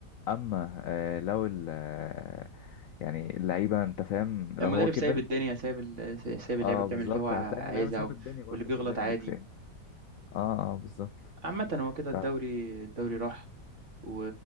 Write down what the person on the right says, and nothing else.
المدرب
سايب الدنيا سايب ال- سايب اللعيبه
بتعمل
اللي هو
عايزها
و-
واللي بيغلط
عادي
عامه هو كده الدوري
الدوري راح و...